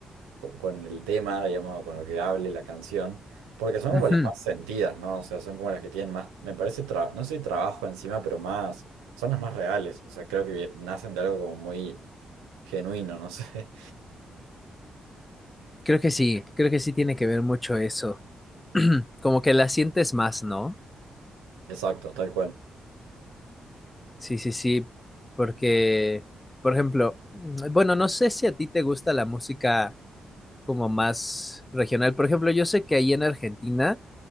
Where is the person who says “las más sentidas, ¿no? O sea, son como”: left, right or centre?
Right